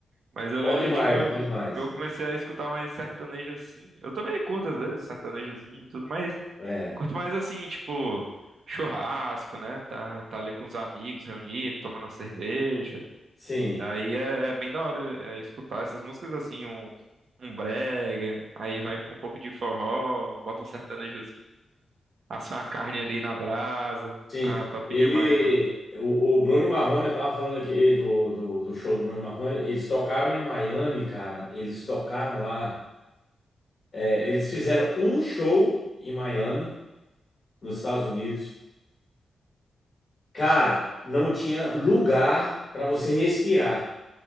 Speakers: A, on the right (about 60°); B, on the left (about 30°).
A: Mas eu lembro
B: Bom demais,
A: de que eu,
B: bom demais.
A: que eu comecei a escutar mais sertanejo assim. Eu também curto às vezes sertanejozinho e tudo, mas
B: É,
A: curto mais assim, tipo, churrasco, né? Tá, tá ali com os amigos reunidos, tomando uma cerveja.
B: sim,
A: Aí é, é bem da hora é, escutar essas músicas assim, um, um brega, aí vai pra um pouco de forró, bota um sertanejozinho, assa uma carne ali na brasa.
B: sim.
A: Ah, top
B: Ele,
A: demais, mano.
B: o, o Bruno e Marrone, eu tava falando aqui do, do, do show do Bruno e Marrone, eles tocaram em Miami, cara. Eles tocaram lá. É, eles fizeram um show em Miami, nos Estados Unidos. Cara, não tinha lugar pra você respirar.